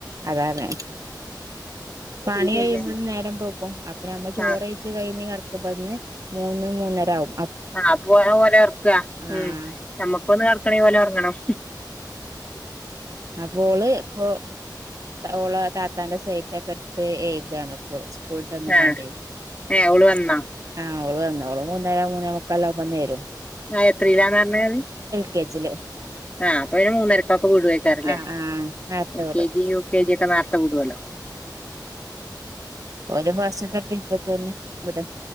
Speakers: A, on the right; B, on the left.
A: അതാർഞ്ഞെ പണി
B: പിന്നെ
A: കഴിയുമ്പോത്തിന് നേരംമ്പെകും അ പ്പ നമ്മൾ ചോറെഴിച്ച്കഴിഞ്ഞ്
B: ആ
A: കിടക്കുമ്പന്ന് മൂന്ന് മൂന്നര ആവും
B: ആ പോള ഓലെഒർക്ക
A: ആഹ്
B: ഉം നമ്മക്കൊന്ന് കെട് ക്കണി ഓലൊർങ്ങണം
A: അപ്പ ഓള് ഇപ്പൊ ഓള താത്താന്റെ സൈറ്റഒക്കെ ഇട്ത് എഴ്താണ് ഓള് സ്കൂൾട്ടന്ന്കാണ്ടേ
B: ആ ഏ ഓള് വന്നാ
A: ആ ഓള് വന്ന് ഓള് മൂന്നര മൂന്നേ മുക്കെല്ലാവുമ്പന്നേരും
B: ആഹ എത്രല്ലാന്നർഞ്ഞ അഹ്
A: കേജ്ജ്ലേ
B: ആ അപ്പൊ പിന്നെ മൂന്നരക്കൊക് ക്ക വിടൊയ്ക്കാരെല്ലേ
A: ആഹ് ആഹ് നേരത്തെ
B: എൽ
A: വിടും
B: കെ ജി യുകെ ജി ഒക്കെ നേര്ത്തെ വിടൊല്ലോ
A: ഓലെ ഫസ്റ്റ്ത്ത ട്രിപ്പ് തന്നെ വിടും